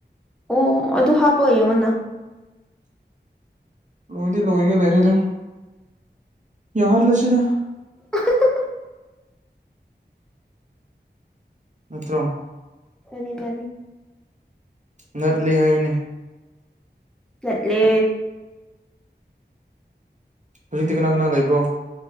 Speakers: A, in the centre; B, on the right (about 40°).
A: ꯑꯣ ꯑꯗꯨ ꯍꯥꯞꯄꯑꯣ ꯌꯦꯡꯉꯣꯅ
B: ꯂꯣꯏꯗꯤ ꯂꯣꯏꯒꯦ ꯂꯩꯔꯦꯗ ꯌꯥꯍꯟꯂꯥꯁꯤꯗ
A: <unintelligible>
B: ꯅꯠꯇ꯭ꯔꯣ
A: ꯃꯅꯤ ꯃꯥꯅꯤ
B: ꯉꯜꯂꯤ ꯍꯥꯏꯕꯅꯤ
A: ꯆꯠꯂꯦ
B: ꯍꯧꯖꯤꯛꯇꯤ ꯀꯅꯥ ꯀꯅꯥ ꯂꯩꯕ꯭ꯔꯣ